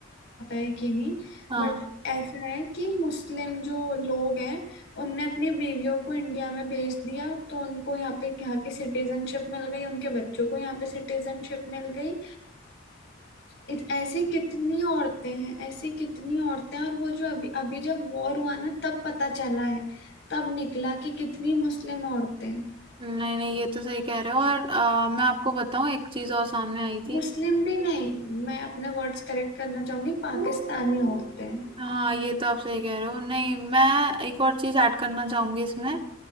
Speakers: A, on the left (about 65°); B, on the right (about 25°).
A: पता है कि नहीं
B: हाँ
A: बट ऐसा है कि मुस्लिम जो लोग हैं उनने अपनी बीवियों को इंडिया में भेज दिया तो उनको यहाँ पे यहाँ की सिटीजनशिप मिल गई उनके बच्चों को यहाँ पे सिटीजनशिप मिल गई इत- ऐसी कितनी औरतें हैं ऐसी कितनी औरतें हैं और वो जो अभी अभी जब वॉर हुआ ना तब पता चला है तब निकला कि कितनी मुस्लिम औरतें हैं
B: नहीं नहीं ये तो सही कह रहे हो और अ, मैं आपको बताऊँ एक चीज़ और सामने आई थी
A: मुस्लिम भी नहीं मैं अपने वर्ड्स करेक्ट करना चाहूंगी पाकिस्तानी औरतें
B: हाँ ये तो आप सही कह रहे हो नहीं मैं एक और चीज़ ऐड करना चाहूंगी इसमें